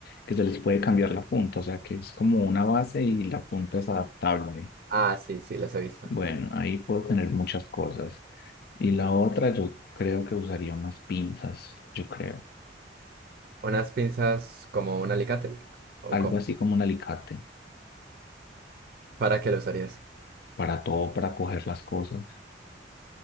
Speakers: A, on the left; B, on the right.
A: que se les puede cambiar la punta, o sea que es como una base y la punta es adaptable.
B: Ah, sí, sí, las he visto.
A: Bueno, ahí puedo tener muchas cosas. Y la otra, yo creo que usaría unas pinzas, yo creo.
B: ¿Unas pinzas como un alicate? ¿O
A: Algo
B: cómo?
A: así como un alicate,
B: ¿Para qué lo usarías?
A: para todo, para coger las cosas.